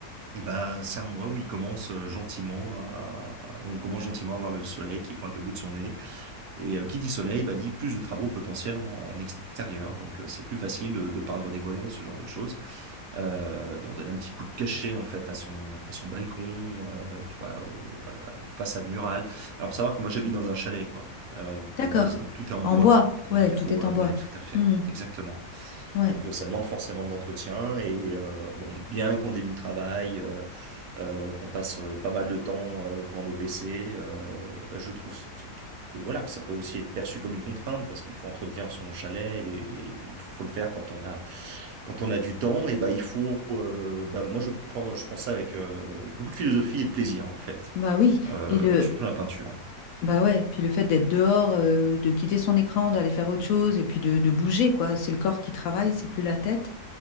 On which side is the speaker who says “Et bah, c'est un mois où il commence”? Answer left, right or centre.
Right